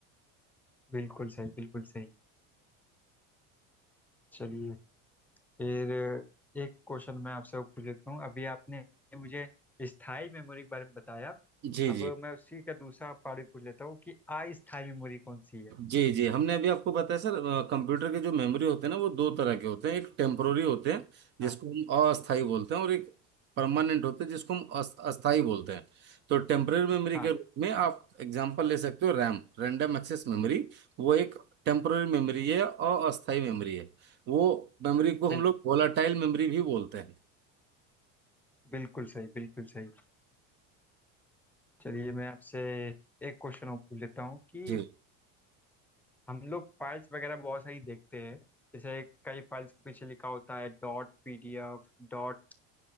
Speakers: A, in the centre; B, on the right.
A: बिल्कुल सही बिल्कुल सही चलिए फिर एक क्वेश्चन मैं आपसे पूछ लेता हूँ अभी आपने मुझे स्थायी मेमोरी के बारे में बताया
B: जी
A: अब
B: जी
A: मैं उसी का दूसरा पार्ट पूछ लेता हूँ कि अस्थायी मेमोरी कौन सी है
B: जी जी हमने अभी आपको बताया सर कंप्यूटर के जो मेमोरी होते हैं ना वो दो तरह के होते हैं एक टेम्पोररी होते हैं जिसको
A: हाँ
B: हम अस्थाई बोलते हैं और एक परमानेंट होते हैं जिसको हम अस- अस्थाई बोलते हैं तो टेम्पोररी मेमोरी
A: हाँ
B: के रूप में आप एग्जांपल ले सकते हो रैम रैंडम एक्सेस मेमोरी वो एक टेम्पोररी मेमोरी है और अस्थाई मेमोरी है वो मेमोरी को
A: बिल,
B: हम लोग वोलाटाइल मेमोरी भी बोलते हैं
A: बिल्कुल सही बिल्कुल सही चलिए मैं आपसे एक क्वेश्चन और पूछ लेता हूँ कि
B: जी
A: हम लोग फाइल्स वगैरह बहुत सारी देखते हैं जैसे कई फाइल्स के पीछे लिखा होता है dot PDF dot